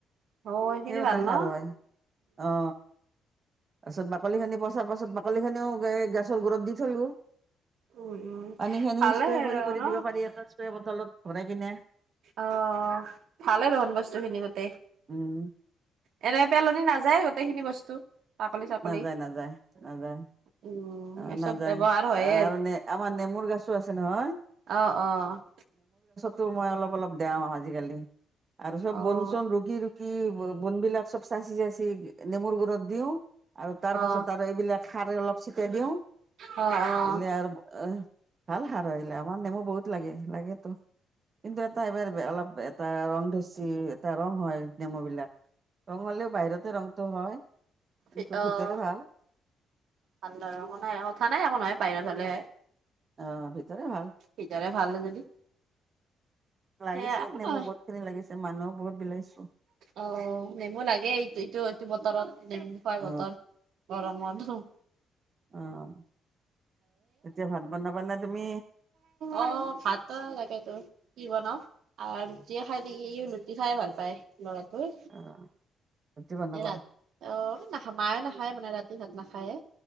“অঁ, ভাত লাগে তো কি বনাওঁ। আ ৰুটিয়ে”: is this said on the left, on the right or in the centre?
Right